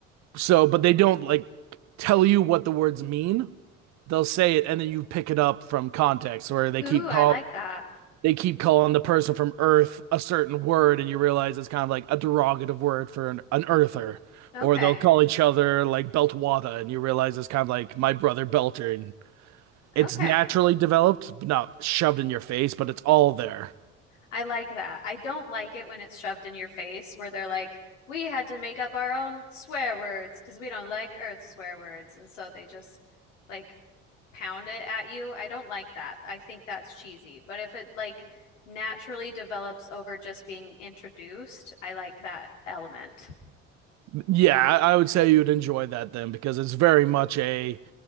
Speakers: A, on the right (about 45°); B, on the left (about 75°).
A: so but they don't like tell you what the words mean they'll say it and then you pick it up from context where they
B: Ooh,
A: keep
B: I
A: calling.
B: like that.
A: they keep calling the person from Earth a certain word, and you realize it's kind of like a derogative word for an, an Earther.
B: Okay.
A: Or they'll call each other like Beltwada, and you realize it's kind of like my brother Belter. And it's
B: Okay.
A: naturally developed, but not shoved in your face, but it's all there.
B: I like that. I don't like it when it's shoved in your face where they're like, we had to make up our own swear words because we don't like Earth swear words. And so they just like pound it at you, I don't like that. I think that's cheesy. But if it like naturally develops over just being introduced, I like that element.
A: Yeah, I would say you'd enjoy that then because it's very much a